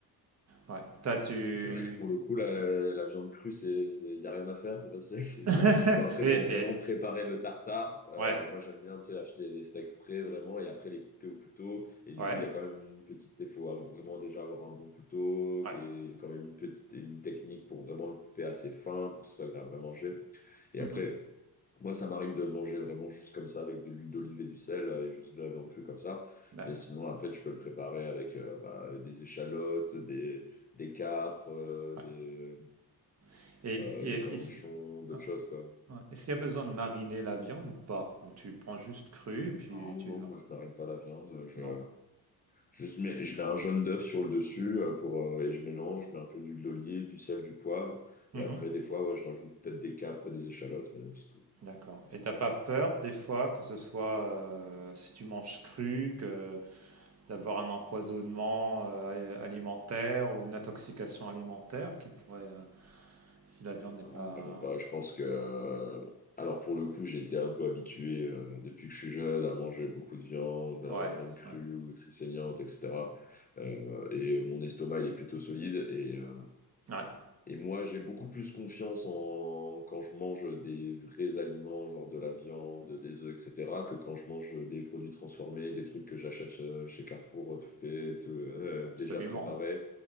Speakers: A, on the right (about 40°); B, on the left (about 25°).
A: Ouais, T'as tu
B: C'est vrai que pour le coup, la, la viande crue, c'est, c'est, y a rien à faire, c'est facile à cuisiner.
A: <laughs>
B: Bon, après,
A: et
B: pour vraiment
A: et
B: préparer le tartare, euh,
A: ouais,
B: moi, j'aime bien, tu sais, acheter des steaks frais, vraiment, et après, les couper au couteau. Et du
A: ouais,
B: coup, il y a quand même une petite, il faut avoir- vraiment déjà avoir un bon couteau,
A: ouais.
B: qui est quand même une petite, une technique pour vraiment le couper assez fin, pour que ce soit agréable à manger. Et
A: Mmh
B: après, moi, ça m'arrive de le manger vraiment juste comme ça, avec de l'huile d'olive et du sel, euh, et juste de la viande crue comme ça.
A: Bah,
B: Mais sinon, après, tu peux le préparer avec euh, bah, des échalotes, des, des capres, euh,
A: ouais,
B: des,
A: ouais
B: euh,
A: et
B: des
A: et
B: cornichons,
A: est-ce
B: d'autres
A: ouais,
B: choses, quoi.
A: ouais, est-ce qu'il y a besoin de mariner la viande ou pas? Ou tu prends juste crue et
B: Non,
A: puis tu
B: non,
A: y vas?
B: moi, je marine pas la viande. Je,
A: Non?
B: juste mets, je mets un jaune d'œuf sur le dessus euh, pour, euh, et je mélange, je mets un peu d'huile d'olive, du sel, du poivre.
A: Mmh
B: Et après, des fois, ouais, je rajoute peut-être des capres et des échalotes, mais c'est tout.
A: D'accord. Et t'as pas peur des fois que ce soit euh, si tu manges cru, que d'avoir un empoisonnement euh, a- alimentaire ou une intoxication alimentaire qui pourrait, euh, si la viande n'est
B: Non,
A: pas.
B: vraiment pas. Je pense que. euh, Alors, pour le coup, j'étais un peu habitué euh, depuis que je suis jeune à manger beaucoup de viande, euh,
A: Ouais,
B: viande crue
A: ouais,
B: ou très saignante, etc. Euh, et mon estomac, il est plutôt solide. Et, euh,
A: ouais,
B: et moi, j'ai beaucoup plus confiance en quand je mange des vrais aliments, genre de la viande, des œufs, etc., que quand je mange des produits transformés, des trucs que j'achète euh, chez Carrefour, euh, tout fait, tout, euh,
A: absolument.
B: déjà préparé.